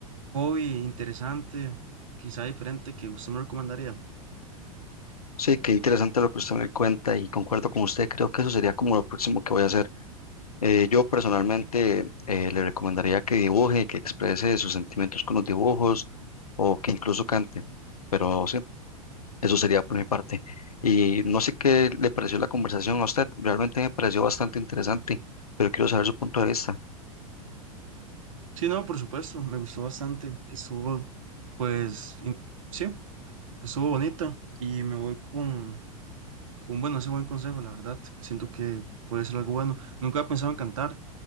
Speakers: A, on the right; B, on the left.
A: hobby interesante, quizá diferente, que usted me recomendaría?
B: Sí, qué interesante lo que usted me cuenta y concuerdo con usted. Creo que eso sería como lo próximo que voy a hacer. Eh, yo personalmente eh, le recomendaría que dibuje, que exprese sus sentimientos con los dibujos o que incluso cante. Pero sí. Eso sería por mi parte. Y no sé qué le pareció la conversación a usted. Realmente me pareció bastante interesante, pero quiero saber su punto de vista.
A: Sí, no, por supuesto, me gustó bastante. Estuvo, pues, in- sí. Estuvo bonita y me voy con, con, bueno, ese buen consejo, la verdad. Siento que puede ser algo bueno. Nunca he pensado en cantar